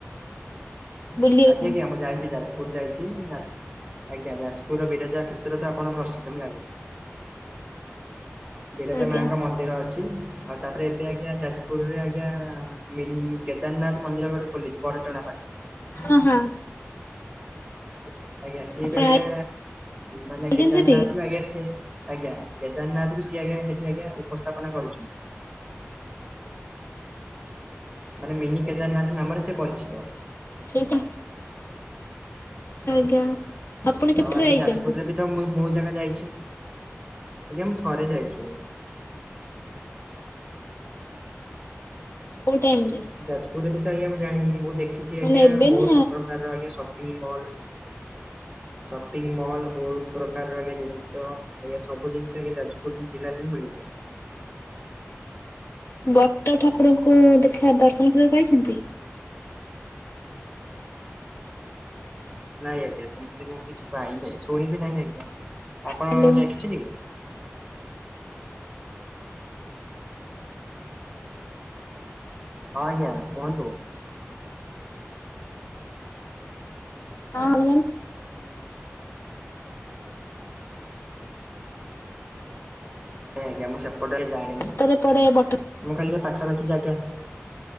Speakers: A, on the left (about 55°); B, in the centre.
A: ବୁଲିବା
B: ଆଜ୍ଞା
A: ପାଇଁ?
B: ଆଜ୍ଞା ମୁଁ ଯାଇଛି ଯାଜପୁର। ପୁର ଯାଇଛି ଯା ଆଜ୍ଞା ଯାଜପୁରର ବିରଜା କ୍ଷେତ୍ର ତ ଆପଣ ପ୍ରସିଦ୍ଧ ମୁଁ ଜାଣିଛି। ବିରଜା
A: ଆଜ୍ଞା
B: ମାଙ୍କ ମନ୍ଦିର ଅଛି ଆଉ ତାପରେ ଏବେ ଆଜ୍ଞା ଯାଜପୁରରେ ଆଜ୍ଞା ମିିନ୍ କେଦାରନାଥ ମନ୍ଦିର ଗୋଟେ ଖୋଲିଛି ବଡ଼ ଚଣା ପାଖ
A: ହଁ ହଁ।
B: ସି ଆଜ୍ଞା ସିଏ
A: ଆପଣ
B: ବି ଆଜ୍ଞା ମାନେ
A: ଆଇଛନ୍ତି
B: କେଦାରନାଥ
A: ସେଠିକି?
B: ଠୁ ଆଜ୍ଞା ସିଏ ଆଜ୍ଞା କେଦାରନାଥରୁ ସିଏ ଆଜ୍ଞା ସେଠି ଆଜ୍ଞା ଉପସ୍ଥାପନା କରୁଛି। ମାନେ ମିନି କେଦାରନାଥ ନାମରେ ସେ ପରିଚିତ?
A: ସେଇତ ଆଜ୍ଞା। ଆପଣ କେତେଥର
B: ଆଉ ଆଜ୍ଞା
A: ଆଇଛନ୍ତି
B: ଯାଜପୁରରେ ବି ତ ମୁଁ ବହୁତ୍ ଜାଗା ଯାଇଛି ଆଜ୍ଞା ମୁଁ ଥରେ ଯାଇଛି।
A: କୋଉ ଟାଇମ୍ ରେ?
B: ଯାଜପୁରରେ ବି ତ ଆଜ୍ଞା ମୁଁ ଜାଣିନି ମୁଁ ଦେଖଛି ଆଜ୍ଞା
A: ମାନେ ଏବେ
B: ବହୁତ
A: ନା
B: ପ୍ରକାର ଆଜ୍ଞା ସ ଦି ମଲ ସପିଂ ମଲ୍ ବହୁତ ପ୍ରକାର ଆଗେ ଜିନିଷ। ଆଜ୍ଞା ସବୁ ଜିନଷ ଯାଜପୁର ଜିଲ୍ଲାରେ ହିଁ ମିଳିଯାଏ।
A: ବଟ ଠାକୁରଙ୍କୁ ଦେଖା ଦର୍ଶନ କରିବାକୁ ପାଇଛନ୍ତି।
B: ନାଇଁ ଆଜ୍ଞା ସେମିତି ମୁଁ କିଛି ପାଇନି ଶୁଣିବି ନାଇଁ ଆଜ୍ଞା ଆପଣ
A: ହ୍ୟାଲୋ
B: କଁ
A: ହଁ
B: ଦେଖିଛନ୍ତି କି।
A: <inaudible>
B: ହଁ ଆଜ୍ଞା କୁହନ୍ତୁ।
A: ହଁ <unintelligible>
B: ଆଜ୍ଞା ଆଜ୍ଞା ମୁଁ ସେପଟେ ଆଜ୍ଞା ଜାଣିନି
A: ରାସ୍ତାରେ ପଡେ ବଟ
B: ମୁଁ ଖାଲି ଯାହା ପାଖାପାଖି ଜାଗା ଯା